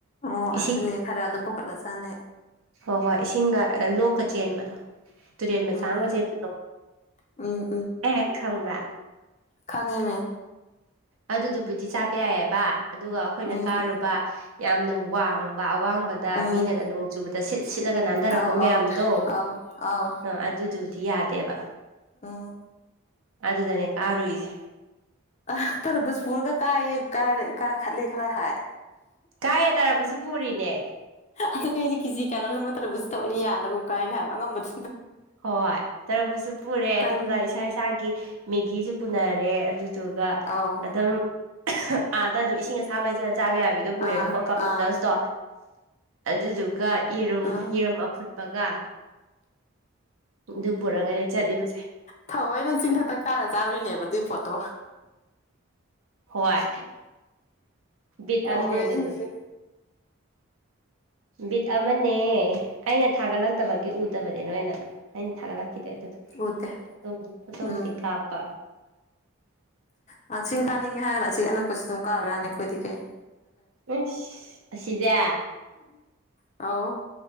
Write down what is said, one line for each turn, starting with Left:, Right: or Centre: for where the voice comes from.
Left: ꯑꯣ
Right: ꯏꯁꯤꯡ
Left: ꯑꯗꯨꯅꯦ ꯈꯔ ꯅꯕꯨꯛ ꯈꯔꯥ ꯆꯥꯅꯦ
Right: ꯍꯣꯏ ꯍꯣꯏ ꯏꯁꯤꯡꯒ ꯂꯣꯛꯀ ꯆꯦꯟꯕꯗꯣ ꯇꯨꯔꯦꯟ ꯃꯆꯥ
Left: ꯎꯝ
Right: ꯑꯃꯒ ꯆꯦꯟꯕꯗꯣ
Left: ꯎꯝ
Right: ꯑꯩ ꯍꯥꯏꯁꯤ ꯈꯪꯕ꯭ꯔꯥ
Left: ꯈꯪꯉꯤꯃꯦ
Right: ꯑꯗꯨꯗꯨꯕꯨꯗꯤ ꯆꯥꯕ ꯌꯥꯏꯌꯦꯕ ꯑꯗꯨꯒ ꯑꯩꯈꯣꯏꯅ
Left: ꯎꯝ
Right: ꯀꯥꯔꯨꯕ ꯌꯥꯝꯅ ꯋꯥꯡꯕ ꯑꯋꯥꯡꯕꯗ
Left: ꯎꯝ
Right: ꯃꯤꯅꯒ ꯅꯣꯡ ꯆꯨꯕꯗ ꯁꯤꯠ ꯁꯤꯠꯂꯒ ꯅꯥꯟꯊꯔꯛꯄ
Left: ꯑꯥꯎ
Right: ꯃꯌꯥꯝꯗꯣ
Left: ꯑꯥꯎ ꯑꯥꯎ ꯑꯥꯎ
Right: ꯑ ꯑꯗꯨꯗꯨꯗꯤ ꯌꯥꯗꯦꯕ
Left: ꯑ
Right: ꯑꯗꯨꯗꯅꯦ ꯀꯥꯔꯨꯏꯖꯦ
Left: ꯑ ꯇꯔꯕꯨꯁ ꯄꯨꯔꯒ ꯀꯥꯌꯦ ꯀ ꯀꯥ ꯈꯠꯂꯦ ꯈꯔ ꯍꯥꯏ
Right: ꯀꯥꯏꯌꯦ ꯇꯥꯔꯕꯨꯁꯁꯨ ꯄꯨꯔꯤꯅꯦ
Left: ꯑꯗꯨꯗꯤ ꯑꯩꯗꯤ ꯀꯤꯖꯤ ꯀꯌꯥꯅꯣꯝ ꯂꯨꯝꯕ ꯇꯔꯕꯨꯁꯇꯣ ꯌꯥꯜꯂꯒ ꯃꯨꯛ ꯀꯥꯏꯅꯦ ꯍꯥꯏꯕ ꯑꯉꯝꯕꯗꯨ
Right: ꯍꯣꯏ ꯇꯔꯕꯨꯁꯁꯨ ꯄꯨꯔꯦ
Left: ꯇꯟ
Right: ꯑꯗꯨꯒ ꯏꯁꯥ ꯏꯁꯥꯒꯤ ꯃꯦꯒꯤꯁꯨ ꯄꯨꯅꯔꯦ ꯑꯗꯨꯗꯨꯒ
Left: ꯑꯧ
Right: ꯑꯗꯨꯝ ꯑꯥꯗ ꯑꯗꯨꯝ ꯏꯁꯤꯡ ꯑꯁꯥꯕ ꯍꯩꯖꯤꯜꯂ ꯆꯥꯕ ꯌꯥꯕꯤꯗꯣ ꯄꯨꯔꯦꯕꯀꯣ
Left: ꯑꯥ
Right: ꯀꯞ ꯅꯨꯗꯜꯁꯇꯣ
Left: ꯑꯥ
Right: ꯑꯗꯨꯗꯨꯒ ꯌꯦꯔꯨꯝ
Left: ꯎꯝ
Right: ꯌꯦꯔꯨꯝ ꯑꯐꯨꯠꯄꯒ ꯑꯗꯨ ꯄꯨꯔꯒꯅꯦ ꯆꯠꯂꯤꯕꯁꯦ
Left: ꯊꯑꯣꯏꯅ ꯆꯤꯡꯊꯛꯇꯛ ꯀꯥꯔ ꯆꯥꯔꯨꯏꯅꯦꯕ ꯗꯨꯏ ꯄꯣꯠꯇꯣ
Right: ꯍꯣꯏ ꯕꯤꯠ
Left: ꯇꯧꯔꯤꯁꯤꯡꯁꯦ
Right: ꯑꯅꯦ ꯑꯗꯨꯁꯨ ꯕꯤꯠ ꯑꯃꯅꯦ ꯑꯩꯅ ꯊꯥꯒꯠꯂꯛꯇꯕꯒꯤ ꯎꯗꯕꯅꯤ ꯅꯣꯏꯅ ꯑꯩꯅ ꯊꯥꯒꯠꯂꯛꯈꯤꯗꯦ ꯑꯗꯨꯏꯗꯨ
Left: ꯎꯗꯦ
Right: ꯐꯣꯇꯣ ꯐꯣꯇꯣꯕꯨꯗꯤ
Left: ꯎꯝ
Right: ꯀꯥꯞꯄ
Left: ꯑ ꯆꯤꯡ ꯀꯥꯅꯤꯡꯉꯦ ꯍꯥꯏꯔꯒ ꯑꯁꯤ ꯑꯅꯛꯄꯁꯤ ꯁꯨꯝ ꯀꯥꯔꯨ ꯌꯥꯅꯤ ꯑꯩꯈꯣꯏꯗꯤ ꯀꯩ
Right: ꯏꯁ ꯑꯁꯤꯖꯦ
Left: ꯑꯧ